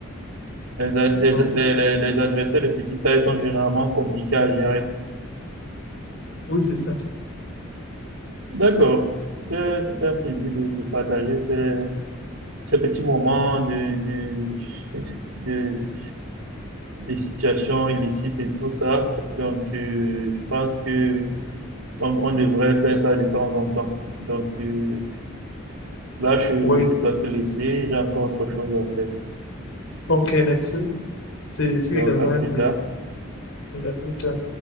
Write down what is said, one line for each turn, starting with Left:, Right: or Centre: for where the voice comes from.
Right: Les, a- les,
Left: Donc, c'est-
Right: les, les les adversaires de petite taille sont généralement compliqués à gérer.
Left: Oui, c'est ça.
Right: D'accord. C'était, c'était un plaisir de, de partager ces, ces petits moments de, de, de, de situations illicites et tout ça. Donc, euh, je pense que on, on devrait faire ça de temps en temps. Donc, euh, là, je,
Left: Oui.
Right: je dois te laisser, j'ai encore autre chose à faire.
Left: OK, merci. C'est fut
Right: Donc,
Left: également
Right: à plus
Left: un plaisir.
Right: tard.
Left: Et à plus tard.